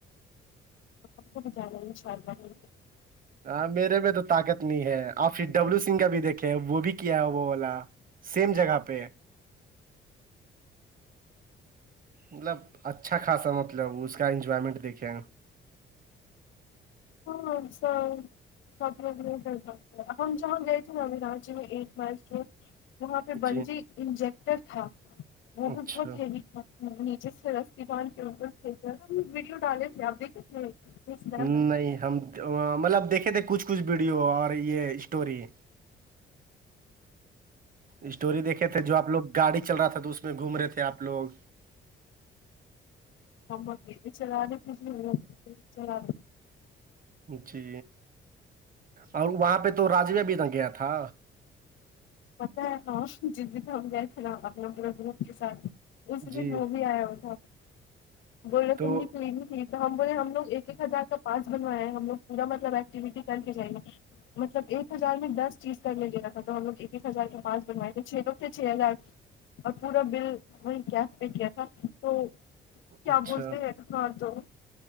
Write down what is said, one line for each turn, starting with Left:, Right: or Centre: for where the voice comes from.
Left: <unintelligible>
Right: ہاں میرے میں تو طاقت نہیں ہے آپ پھر ڈبلو سنگھ کا بھی دیکھے وہ بھی کیا ہے وہ والا سیم جگہ پہ مطلب اچھا خاصا مطلب اس کا انجوائمنٹ دیکھے
Left: ہاں ہم سب <unintelligible> دیکھ تھا ہم جہاں گئے تھے نو راچی میں ایٹ مائچ میں وہاں پہ
Right: جی
Left: بنجی انجیکٹر تھا وہ
Right: اچھا
Left: بھی بہت ہیوی تھا نیچے سے رسی باند کے بالکل ویڈیو ڈالے تھے آپ دیکھے تھے میں سنیپ
Right: نہیں
Left: ڈالی تھی
Right: ہم مطلب دیکھے تھے کچھ کچھ ویڈیو اور یہ اسٹوری اسٹوری دیکھے تھے جو آپ لوگ گاڑی چل را تھا تو اس میں گھوم رہے تھے آپ لوگ
Left: ہم اب بالکل چلے رہے تھے جی اب بھی چلے رہے
Right: جی اور وہاں پہ تو راج نے بھی تو گیا تھا
Left: پتا ہے نہ کےجس جئپ میں ہم گئے تھے نا اپنا پورے گروپ کے ساتھ اس
Right: جی
Left: دن وہ بھی آیا ہوا تھا بول رہے
Right: تو
Left: تم نے پلی بھی تو ہم بولا ہم لوگ ایک ایک ہزار کا پاس بنوائے ہے ہیں ہم لوگ پورا مطلب ایکٹیویٹی کر کے جائیں گے مطلب ایک ہزار میں دس چیز کرنے دیرا تھا تو ہم لوگ ایک ہزار کے پاس بنوائے تھے چھ لوگ تھے چھ ہزار اور پورا بل وہیں کیش پے کیا تھا تو کیا
Right: اچھا
Left: بولتے ہیں ہاں تو